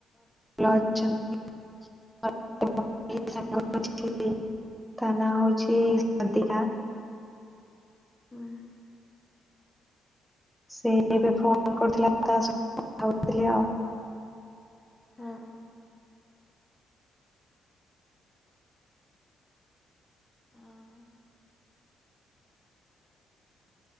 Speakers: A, in the centre; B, on the left (about 20°).
A: ଭଲ ଅଛନ୍ତି। <unintelligible> ତା ନାଁ ହଉଛି ସାଧୀକା।
B: ହୁଁ।
A: ସେ ଏବେ ଫୋନ କରିଥିଲା ତା ସେଥିରେ କଥା ହେଉଥିଲି ଆଉ।
B: ହୁଁ। ଆଉ